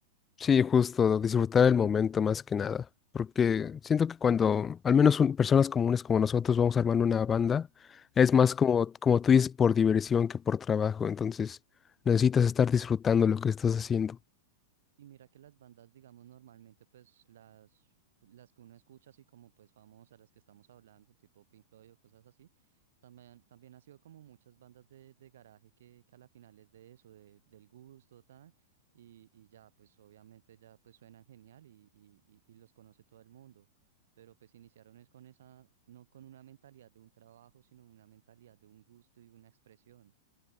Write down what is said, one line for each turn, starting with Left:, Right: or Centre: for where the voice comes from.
Left: sí, justo, disfrutar el momento más que nada. Porque siento que cuando, al menos un- personas comunes como nosotros, vamos armando una banda, es más como, como tú dices, por diversión que por trabajo. Entonces, necesitas estar disfrutando lo que estás haciendo.
Right: Y mira que las bandas, digamos, normalmente, pues las, las que uno escucha, así como pues famosas, las que estamos hablando, tipo Pink Floyd o cosas así, también, también ha sido como muchas bandas de, de garaje que, que a la final es de eso, de, del gusto, tal, y, y ya, pues obviamente ya pues suenan genial y, y, y, y los conoce todo el mundo. Pero pues iniciaron es con esa, no con una mentalidad de un trabajo, sino una mentalidad de un gusto y una expresión.